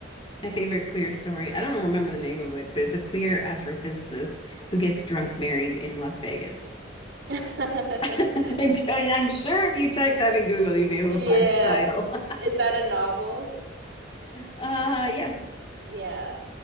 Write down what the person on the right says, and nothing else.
<laughs>
Yeah.
Is that a novel?
Yeah.